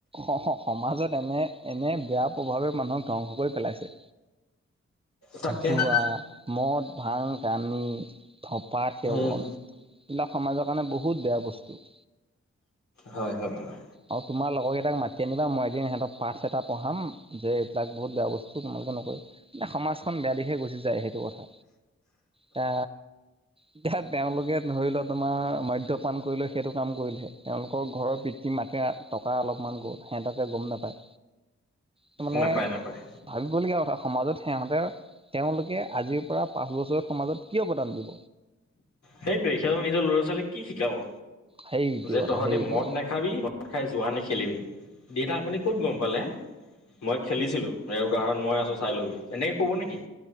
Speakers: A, on the right (about 20°); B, on the left (about 75°).
A: অঁ, সমাজত এনে এনে বেয়া প্ৰভাৱে মানুহক ধ্বংস কৰি পেলাইছে।
B: তাকেহে
A: জুৱা, মদ, ভাং, কানি ধঁপাত সেৱন--এইবিলাক
B: উম
A: সমাজৰ কাৰণে বহুত বেয়া বস্তু।
B: হয়, হয়, হয়।
A: আৰু তোমাৰ লগৰকেইটাক মাতি আনিবা, মই এদিন সিহঁতক পাঠ এটা পঢ়াম যে এইবিলাক বহুত বেয়া বস্তু তোমালোকে এ, সমাজখন বেয়া দিশে গুচি যায়, সেইটো কথা। তা এতিয়া তেওঁলোকে ধৰি ল, তোমা মদ্যপান কৰি লৈ সেইটো কাম কৰিলে। তেওঁলোকৰ ঘৰৰ পিতৃ মাকে টকা অলপমান গ'ল, সিহঁতকে গম নাপায়। ত' মানে
B: নাপায় নাপায়
A: ভাবিবলগীয়া কথা, সমাজত সিহঁতে তেওঁলোকে আজিৰ পৰা পাঁচ বছৰত সমাজত কি অৱদান দিব?
B: সেইটোয়ে, সিহঁত নিজৰ লৰা-ছোৱালীক কি শিকাব?
A: সেইটোৱে
B: যে,
A: কথা
B: তহঁতি
A: সেইটোৱে
B: মদ নাখাবি? মদ খাই জুৱা নেখেলিবি। দেতা, আপুনি ক'ত গম পালে? মই খেলিছিলোঁ--উদাহৰণ মই আছো, চাই লবি। এনেকে ক'ব নেকি?